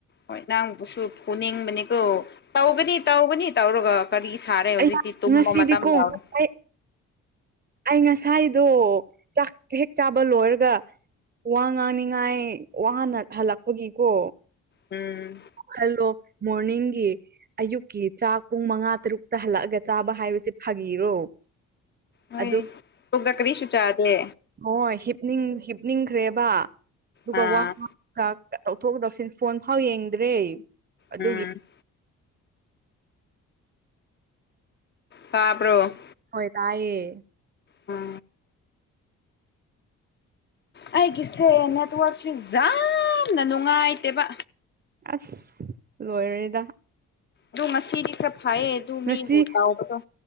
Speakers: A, on the left (about 35°); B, on the right (about 30°).
A: ꯍꯣꯏ ꯅꯪꯕꯨꯁꯨ ꯐꯨꯅꯤꯡꯕꯅꯤꯀꯣ ꯇꯧꯒꯅꯤ ꯇꯧꯒꯅꯤ ꯇꯧꯔꯒ ꯀꯔꯤ ꯁꯥꯔꯦ ꯍꯧꯖꯤꯛꯇꯤ
B: ꯑꯩ
A: ꯇꯨꯝꯕ
B: ꯉꯁꯤꯗꯤꯀꯣ
A: ꯃꯇꯝ ꯌꯥꯎꯔꯦ
B: ꯉꯁꯥꯏ ꯑꯩ ꯉꯁꯥꯏꯗꯣ ꯆꯥꯛ ꯍꯦꯛ ꯆꯥꯕ ꯂꯣꯏꯔꯒ ꯋꯥ ꯉꯥꯡꯅꯤꯡꯉꯥꯏ ꯋꯥꯅ ꯍꯜꯂꯛꯄꯒꯤꯀꯣ
A: ꯎꯝ
B: ꯍꯜꯂꯣ ꯃꯣꯔꯅꯤꯡꯒꯤ ꯑꯌꯨꯛꯀꯤ ꯆꯥꯛ ꯄꯨꯡ ꯃꯉꯥ ꯇꯔꯨꯛꯇ ꯍꯜꯂꯛꯑꯒ ꯆꯥꯕ ꯍꯥꯏꯕꯁ‌ꯦ ꯐꯥꯒꯤꯔꯣ
A: ꯍꯣꯏ
B: ꯑꯗꯨ
A: ꯇꯨꯒ ꯀꯔꯤꯁꯨꯨ ꯆꯥꯗ
B: ꯍ‌ꯣꯏ ꯍꯤꯞꯅꯤꯡ ꯍꯤꯞꯅꯤꯡꯈ꯭ꯔꯦꯕ ꯑꯗꯨꯒ
A: ꯑꯥ
B: ꯋꯥ ꯉꯥꯡ ꯀꯥꯛ ꯀ ꯇꯧꯊꯣꯛ ꯇꯧꯁꯤꯟ ꯐꯣꯟ ꯐꯥꯎ ꯌꯦꯡꯗ꯭ꯔꯦ ꯑꯗꯨꯒꯤ
A: ꯎꯝ ꯍꯥꯥꯕ꯭ꯔꯣ
B: ꯍꯣꯏ ꯇꯥꯏꯌꯦ
A: ꯑꯥ ꯑꯩꯒꯤꯁꯦ ꯅꯦꯠꯋꯔꯛꯁꯦ ꯖꯥꯝꯅ ꯅꯨꯡꯉꯥꯏꯇꯦꯕ
B: ꯑꯁ ꯂꯣꯏꯔ‌ꯦꯗ
A: ꯗꯨ ꯉꯁꯤꯗꯤ ꯈꯔ ꯐꯩꯌ‌ꯦ ꯗꯨ
B: ꯉꯁꯤ
A: ꯃꯤ ꯕꯨ ꯍꯧꯕꯗ‌ꯣ